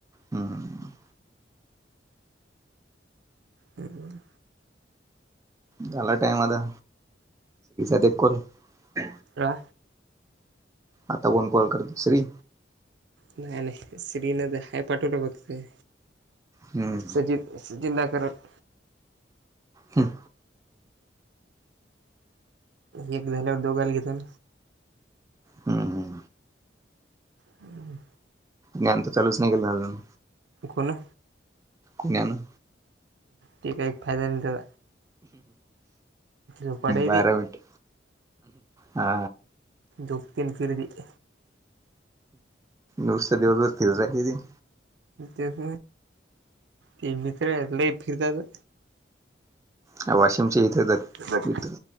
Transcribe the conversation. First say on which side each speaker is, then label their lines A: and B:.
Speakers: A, on the right; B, on the right.
A: हम
B: हम्
A: झाला टाईम आता <inaudible>
B: रा
A: आता कोण कॉल करत श्री
B: नाही नाही, श्री नद हाय पाठवलं बघतय
A: हम्म
B: सजित जिंदा करल <inaudible>
A: हम
B: एक झाल्यावर दोगाल घेतन
A: हम् हम
B: हम्
A: ज्ञान तर चालूच नाही केलं अजून
B: कोण
A: कुण्यानं
B: ते काही फायदा नाही त्या झोपाडे
A: बारा
B: ते
A: मिनिट हा
B: दो तीन फिरीरी <inaudible>
A: नुसत दिवस भर फिरत राहत कि ती
B: तेच ते मित्र ल फिरतात.
A: ह वाशिमच्या इथे जात
B: त्या
A: मित्र